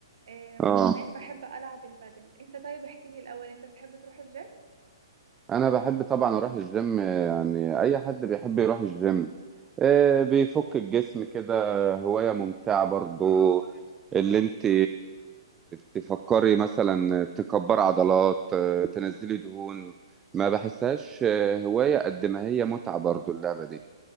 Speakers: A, on the right; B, on the right.
A: آه،
B: اه
A: وكمان بحب العب البادل انت طيب احكيلي الاول انت بتحب تروح الجيم
B: انا بحب طبعا اروح الجيم يعني اي حد بيحب يروح الجيم آه، بيفك الجسم كده هواية ممتعة برضو اللي انت تفكري مثلا تكبر عضلات آه، تنزلي دهون ما بحسهاش آه، هواية قد ما هي متعة برضو اللعبة دي